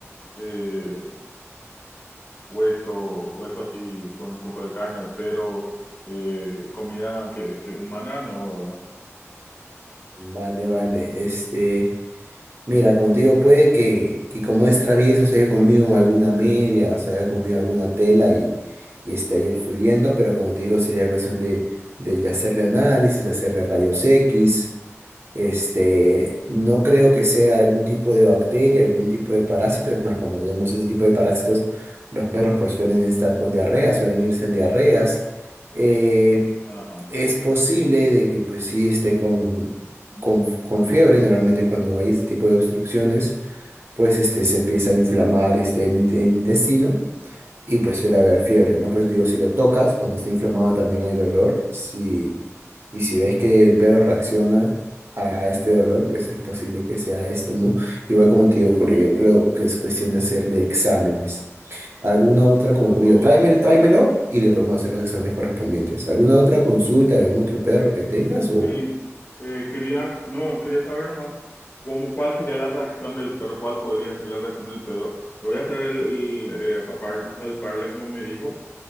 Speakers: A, on the left; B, on the right.
A: eh, hueso, hueso así con un poco de carne, pero eh, comida que, que humana no, ¿verdad?
B: Vale, vale, este... Mira, como te digo, puede que, que como es travieso se haya comido alguna media, o se haya comido alguna tela y, y esté ahí obstruyendo, pero como te digo, sería cuestión de, de hacerle análisis, de hacerle rayos X. Este, no creo que sea algún tipo de bacteria, algún tipo de parásito. Es más, cuando tenemos ese tipo de parásitos, los perros pues suelen estar con diarrea, suelen irse en diarreas. Eh,
A: Ajá.
B: es posible de que pues sí esté con con, con fiebre, normalmente cuando hay este tipo de obstrucciones, pues este, se empieza a inflamar este, el, in- el intestino y pues suele haber fiebre, ¿no? Pues digo, si lo tocas, cuando está inflamado también hay dolor. Si, y si ves que el perro reacciona a, a este dolor, pues es posible que sea esto, ¿no? Igual como te digo, pero yo creo que es cuestión de hacerle exámenes. ¿Alguna otra, como
A: ¿Y
B: digo,
A: cómo,
B: tráeme, tráemelo y le podemos hacer los exámenes correspondientes? ¿Alguna otra consulta de algún otro perro que tengas o...
A: Sí, eh, quería, no, quería saber nomás cómo, cuál sería la reacción del perro, cuál podría ser la reacción del perro. Le voy a hacer el, el, eh, palpar- palparle como me dijo,